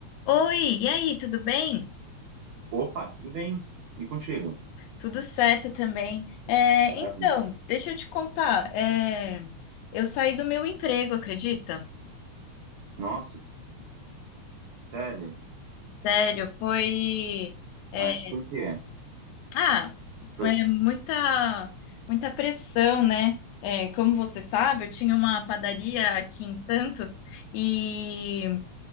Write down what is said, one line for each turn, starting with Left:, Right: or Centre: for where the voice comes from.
Left: Oi, e aí, tudo bem?
Right: Opa, tudo bem? E contigo?
Left: Tudo certo também. É,
Right: Maravilha.
Left: então, deixa eu te contar. é, eu saí do meu emprego, acredita?
Right: Nossa, sério?
Left: Sério, foi. é,
Right: Mas por quê?
Left: ah,
Right: Por-
Left: é muita, muita pressão, né? É, como você sabe, eu tinha uma padaria aqui em Santos e